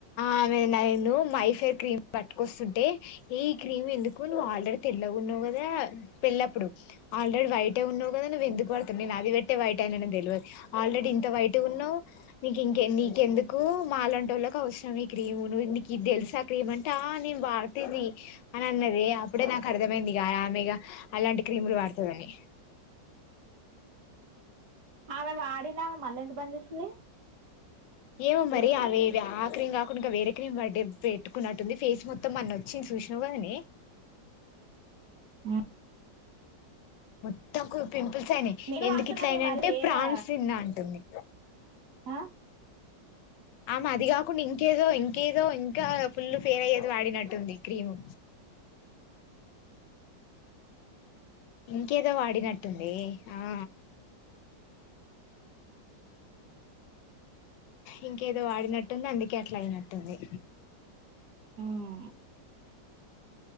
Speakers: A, on the left; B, on the right.
A: ఆమే నేను మైఫర్ క్రీమ్ పట్టుకొస్తుంటే ఏ ఈ క్రీమ్ ఎందుకు నువ్వు ఆల్రెడీ తెల్లవున్నావు కదా పెళ్ళప్పుడు ఆల్రెడీ వైటే ఉన్నావు కద నువ్వు ఎందు వడుతు నేను అది పెట్ అ బయట అ తెలియదు ఆల్రెడీ ఇంత బయట ఉన్నావు నీకు ఇంక నీకెందుకు మాలాంటి వాళ్ళకి అవసరం ఈ క్రీమ్ క తెల్సా క్రీమ్ అంటే ఆ నేను వాడుత ది అని అన్నది అప్పుడే నాకు అర్థమైంది ఇగ ఆమెగ అలాంటి క్రీములు వాడుతదని
B: ఆమే వాడ పడినా మళ్ళ ఎందుకు బంద చేస్తుంది
A: ఏమో మరి అవేవి ఆ క్రీమ్ ఇనుక వేరే క్రీమ్ బర్డే పెట్టుకున్నట్టుంది ఫేస్ మొత్తం మన్న వచ్చింది చూసినావు కదనే
B: ఆ
A: మొత్తం పింపుల్స్ అయినాయి
B: నేను
A: ఎందుకు
B: వాడుతున్నానే
A: ఇట్లా అయిన
B: మరి
A: అంటే
B: వేరా
A: ప్రాన్స్ తిన్నా అంటుంది
B: అ
A: ఆమ అది కాకుండా ఇంకేదో ఇంకేదో ఇంకా ఫుల్లు ఫేల్ అయ్యేది వాడినట్టుంది క్రీము ఇంకేదో వాడినట్టు ంది ఆ ఇంకేదో వాడినట్టుంది అందుకే అట్ల అయినట్టుంది
B: హమ్